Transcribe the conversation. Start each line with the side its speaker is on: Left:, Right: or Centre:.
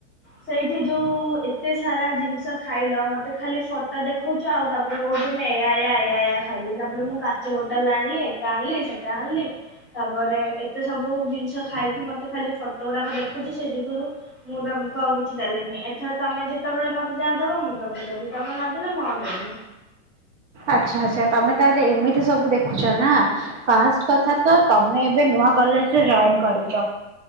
Centre: ସେଇଠି ଯୋଉ ଏତେ ସାରା ଜିନିଷ ଖାଇଲ ମତେ ଖାଲି ଫଟ ଦେଖଉ ଚ ଆଉ ତାପରେ କହୁଚ ମୁଁ ଏୟା ଏୟା ଏ ଏୟା ଏୟା ଖାଇଲି ତାପରେ ମୁଁ କାଚ ବୋଟଲ୍ ଆଣିଲି ଏଟା ଆଣିଲି ସେଟା ଆଣିଲି ତାପରେ ଏତେ ସବୁ ଜିନିଷ ଖାଇକି ମତେ ଖାଲି ଫଟ ଗୁଡାକ ଦେଖୁଚ଼ି ସେ ଯୋଗୁରୁ ମୁଁ ତମକୁ ଆଉ କିଛି ଦେଲିନି ଏଥର ତମେ ଯେତେବେଳେ ମତେ ଯାହା ଦେବ ମୁଁ ତମକୁ ଦେବି ତମେ ନଦେଲେ ମୁଁ ଆଉ ଦେବିନି।
Right: ଆଚ୍ଛା ଆଚ୍ଛା ତମେ ତାହେଲେ ଏମିତି ସବୁ ଦେଖୁଛ ନା? ଫାଷ୍ଟ୍ କଥା ତ ତମେ ଏବେ ନୂଆ କଲେଜ୍ ରେ ଯଏନ୍ କରିଚ଼।